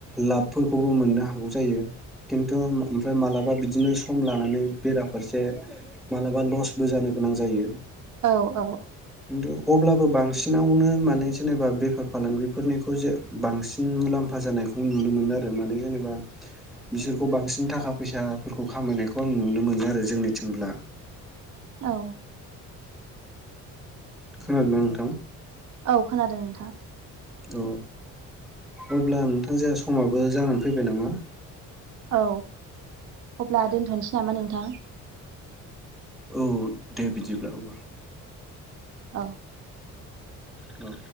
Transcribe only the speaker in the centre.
लाबफोरखौबो मोननो हागौ जायो खिन्थु ओमफ्राय मालाबा बिदिनो सम लानानै बेराफारसे मालाबा लस बो जानो गोनां जायो
खिन्थु अब्लाबो बांसिनावनो माने जेनेबा बेफार फालांगिफोरनिखौ जे बांसिन मुलाम्फा मुफा जानायखौ नुनो मोनो आरो माने जेनेबा बिसोरखौ बांसिन थाखा फैसाफोरखौ खामायनायखौ आं नुनो मोनो आरो जोंनिथिंब्ला
खोनादौंना नोंथां
औ अब्ला नोंथां जहा समाबो जानानै फैबाय नामा
औ दे बिदिब्ला अबा
औ